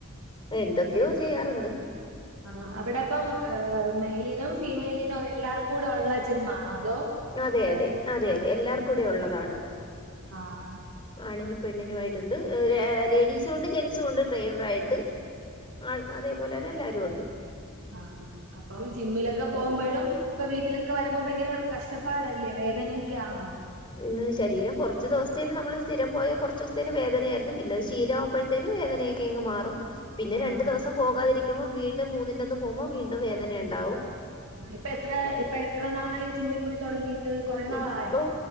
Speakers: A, on the left; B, on the right.
A: എന്തൊക്കെയോ ചെയ്യാറ്ണ്ട്.
B: ആഹ് അവിടെപ്പം മെയിലിനും ഫീമെയിലിനോ എല്ലാർക്കു കൂടെ ഉള്ള ജിം ആണോ.
A: അതെ അതെ അതെ അതെ എല്ലാർക്കൂടി ഉള്ളതാണ്.
B: ആഹ്.
A: ആണിനും പെണ്ണിനും ആയിട്ടുണ്ട്. ലേഡീസുണ്ട് ജെൻസുംണ്ട്. ട്രെയിനറ് ആയിട്ട്. ആഹ് അതേപോലെന്നെ എല്ലാരും ഒണ്ട്.
B: ആഹ് അപ്പം ജിമ്മിലൊക്കെ പോമ്പഴും. ഇപ്പൊ വീട്ടിലൊക്കെ വരുമ്പോ ഭയങ്കര കഷ്ടപ്പാടല്ലേ വേദനയൊക്കെ ആണാ.
A: ഇന്ന് ശരീരം കൊർച്ച് ദിവസ്ത്തേന് നമ്മള് സ്ഥിരം പോയ കൊർച്ചൂസ്ത്തേന് വേദനയായിരുന്നു. പിന്നെത് ശീലം ആമ്പ ത്തേന് വേദനെക്കെയങ്ങ് മാറും. പിന്നെ
B: ആഹ്
A: രണ്ടു ദിവസം പോകാതിരിക്കുമ്പം വീണ്ടും മൂന്നിന്റെ അന്ന് പോമ്പം വീണ്ടും വേദനയുണ്ടാവും.
B: ആ ഇപ്പ എത്ര ഇപ്പ എത്ര നാളായി ജിമ്മി പോയി തൊടങ്ങീട്ട് കൊറെ നാളായോ?
A: ഇപ്പം